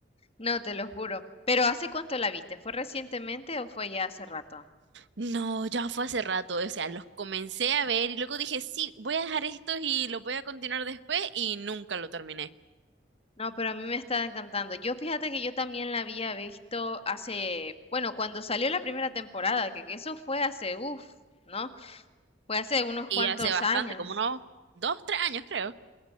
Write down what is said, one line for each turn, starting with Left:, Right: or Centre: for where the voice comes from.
Left: No, te lo juro. Pero ¿hace cuánto la viste? ¿Fue recientemente o fue ya hace rato?
Right: No, ya fue hace rato, o sea, los comencé a ver y luego dije, sí, voy a dejar estos y los voy a continuar después y nunca lo terminé.
Left: No, pero a mí me está encantando. Yo fíjate que yo también la había visto hace, bueno, cuando salió la primera temporada, que que eso fue hace, uff, ¿no? Fue hace unos
Right: Y
Left: cuantos
Right: hace bastante,
Left: años.
Right: como unos dos, tres años creo.